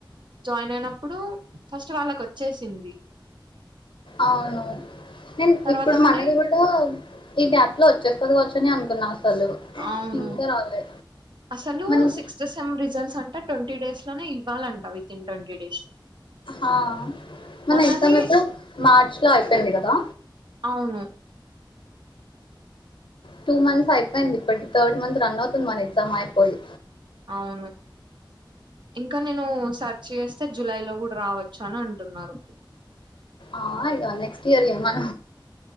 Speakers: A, on the right; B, on the left.
A: జాయిన్ అయిన ఇప్పుడు ఫస్ట్ వాళ్ళకు వచ్చేసింది
B: అవును అండ్
A: తర్వాత
B: ఇప్పుడు
A: మనయి
B: మనది కూడా ఈ గ్యాప్ లో వచ్చేస్తుందివచ్చు అనుకున్నా అసలు
A: అవును
B: ఇంకా రాలే
A: అసలు
B: మనం
A: సిక్స్త్ సెన్ రిజల్ట్స్ అంట ట్వంటీ డేస్ లోనే ఇవ్వాలంట వితిన్ ట్వంటీ డేస్
B: ఆ మన
A: మనది
B: ఎక్సమ్ ఎప్పుడు మార్చ్ లో అయిపోయింది కదా
A: అవును
B: టూ మంత్స్ అయిపోయింది ఇప్పటి థర్డ్ మంత్ రన్ అవుతుంది మన ఎగ్జామ్ అయిపోయి
A: అవును ఇంకా నేను సర్చ్ చేస్తే జులై లో కూడా రావచ్చు అని అంటున్నారు
B: ఆ ఇ నెక్స్ట్ ఇయర్య మన